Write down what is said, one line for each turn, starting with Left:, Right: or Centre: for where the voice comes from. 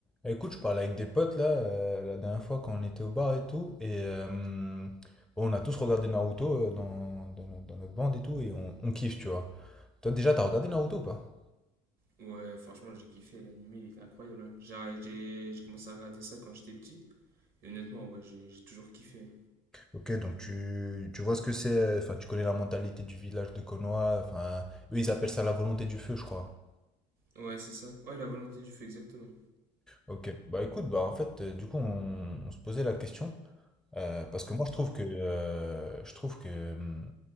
Centre: Écoute, je parlais avec des potes là, euh, la dernière fois quand on était au bar et tout, et euh, bon, on a tous regardé Naruto euh, dans, dans no- dans notre bande et tout, et on, on kiffe, tu vois. Toi déjà, t'as regardé Naruto ou pas?
Right: Ouais, franchement, j'ai kiffé, l'animé, il était incroyable. hein. J'ai j'ai- j'ai commencé à regarder ça quand j'étais petit, et honnêtement, ouais, j'ai j'ai toujours kiffé.
Centre: Ok, donc tu, tu vois ce que c'est, enfin tu connais la mentalité du village de Konoha, enfin eux ils appellent ça la volonté du feu, je crois.
Right: hein. Ouais, c'est ça. Ouais, la volonté du feu, exactement.
Centre: Ok, bah écoute, bah en fait, euh, du coup on, on se posait la question, Euh, parce que moi je trouve que euh, je trouve que hum,